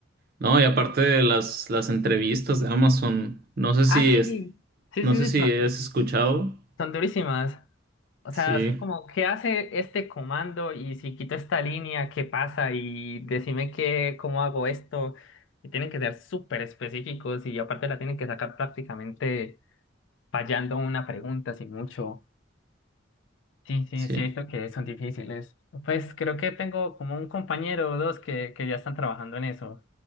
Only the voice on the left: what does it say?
Ah, sí,
sí,
sí,
sí, son,
son durísimas. O
sea, es como, ¿qué hace este comando? Y si quito esta línea, ¿qué pasa? Y decime qué, cómo hago esto. Y tienen que ser súper específicos y aparte la tienen que sacar prácticamente fallando una pregunta, sin mucho. Sí, sí,
sí, he visto que son difíciles. Pues creo que tengo como un compañero o dos que, que ya están trabajando en eso.